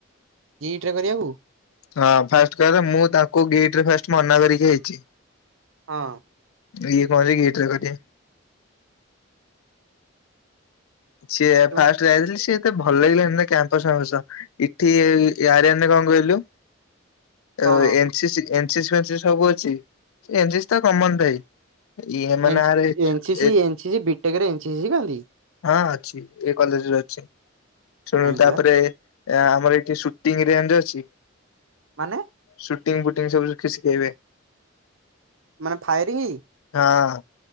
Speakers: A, on the right (about 70°); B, on the left (about 80°).
A: ଟ୍ରେ କରିଆକୁ?
B: ହଁ ଫାଷ୍ଟ କାର ମୁଁ ତାଙ୍କୁ ଗିଟରେ ଫାଷ୍ଟ ମନା କରିକି ଆଇଛି।
A: ହଁ।
B: ଇଏ କରିକି ଏଥିରେ କରିବେ ସିଏ
A: ତୁ
B: ଫାଷ୍ଟ ଯାଇଥିଲେ ସିଏ ଏତେ ଭଲ ଲାଗିଲାନି ଏ କ୍ୟାମ୍ପସ ଫାମ୍ପସ। ଏଠି ୟାରୀୟନ୍ ରେ କଣ କହିଲୁ?
A: କଣ
B: ଅ ଏନସିସି ଏନସିସ୍ ଫେନସିସି ସବୁ ଅଛି। ଏନସିସ୍ ତ କମନ ଥାଏ। ଇଏମ
A: ଏନସ
B: ନାଁରେ
A: ଏନସିଶି
B: ଏ
A: ଏନସିସି ବି ଟେକରେ ଏନସିସି ଶିଖାନ୍ତି?
B: ହଁ ଅଛି ଏଇ କଲେଜରେ ଅଛି। ଶୁଣୁ
A: କାହିଁକି
B: ତାପରେ
A: ବା
B: ଆମର ଏ ଠି ଶୁଟିଂ ରେଞ୍ଜ ଅଛି।
A: ମାନେ?
B: ସୁଟିଂ ଫୁଟିଙ୍ଗ ସବୁ ସିଖ୍ ଶିଖେଇବେ।
A: ମାନେ ଫାୟାରିଂ?
B: ହଁ